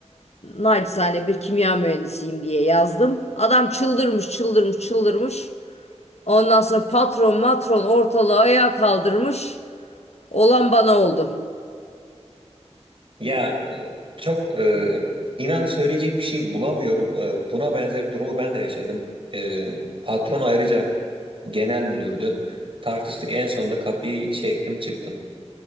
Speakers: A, on the left (about 65°); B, on the right (about 50°).
A: nacizane bir kimya mühendisiyim diye yazdım. Adam çıldırmış, çıldırmış, çıldırmış. Ondan sonra patron matron ortalığı ayağa kaldırmış. Olan bana oldu.
B: Ya e, çok e, inan söyleyecek bir şey bulamıyorum. E, buna benzer durumu ben de yaşadım. E, patron ayrıca genel müdürdü. Tartıştık en sonunda kapıyı çektim çıktım.